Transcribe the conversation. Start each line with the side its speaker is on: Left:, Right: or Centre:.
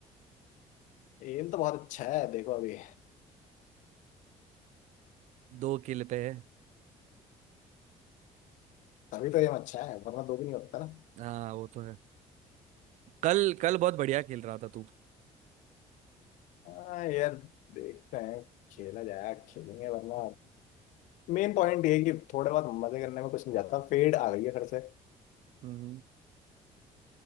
Left: एम तो बहुत अच्छा है देखो अभी
Right: दो किल पे है
Left: तभी तो एम अच्छा है वरना दो भी नहीं होता ना
Right: हाँ वो तो है कल कल बहुत बढ़िया खेल रहा था तू
Left: हाँ यार देखते हैं खेला जाए खेलेंगे वरना मेन पॉइंट ये है कि थोड़े बहुत मजे करने में कुछ नहीं जाता फेड आ गई है घर से
Right: हम्म